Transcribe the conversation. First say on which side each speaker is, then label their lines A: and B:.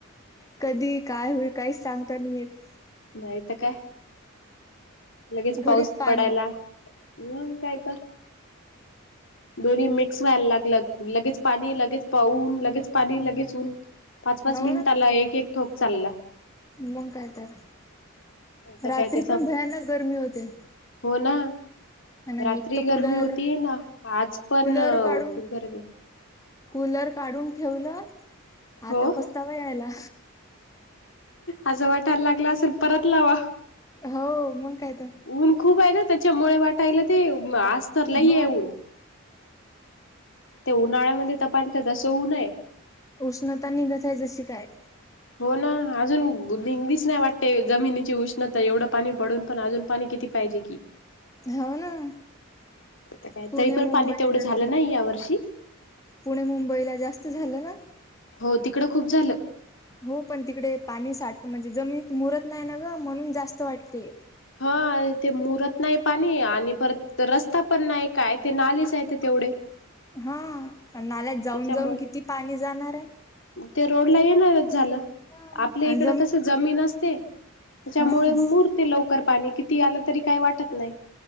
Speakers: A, on the left; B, on the left.
A: कधी काय होल काहीच सांगता नाही येत.
B: नाही तर काय लगेच पाऊस
A: घडीत पाणी
B: पडायला. ऊन कायतर दोन्ही मिक्स व्हायला लागलं लगेच पाणी लगेच पाउन लगेच पाणी लगेच ऊन. पाच-पाच
A: हो
B: मिनिटाला एक-एक ठोक चालला.
A: मंग काय तर
B: नाही तर
A: रात्री
B: काय ते सांग
A: पण भयानक गरमी होते.
B: हो ना
A: आणि
B: रात्री
A: एक तर
B: गरमी
A: कूलर
B: होतीय ना आज पण
A: कूलर काढून
B: खूप गरमी आहे.
A: कूलर काढून ठेवलं
B: हो
A: आता पस्तावा यायला.
B: असं वाटायला लागला असेल परत लावा.
A: हो मग काय तर
B: ऊन खूप आहे ना त्याच्यामुळे वाटायला ते तर लई
A: हा
B: आहे ऊन ते उन्हाळ्यामध्ये तपालत तस होऊ नये
A: उष्णता निघत आहे जशी काय
B: हो ना अजून निंगलीच नाही वाटते जमिनीची उष्णता एवढं पाणी पडून पण अजून पाणी किती पाहिजे की
A: हो ना
B: काय
A: पुणे
B: तरी पण
A: मुंबईला
B: पाणी तेवढं झालं
A: तर
B: नाही यावर्षी
A: पुणे मुंबईला जास्त झालं ना
B: हो तिकडं खूप झालं
A: हो पण तिकडे पाणी साठ म्हणजे जमनत मुरत नाही ना ग म्हणून जास्त वाटते
B: हा ते मुरत नाही पाणी आणि परत रस्ता पण नाही काय ते नालीच आहे ते तेवढे <unintelligible>
A: हा नाल्यात
B: त्याच्यामुळे
A: जाऊन जाऊन किती पाणी जाणार आहे
B: ते रोड ला येणारच झालं
A: हा
B: आपल्या इकड
A: आणि
B: कस जमीन असते त्याच्यामुळे
A: हा
B: मूर् ते लवकर आणि किती आलं तरी काही वाटत नाही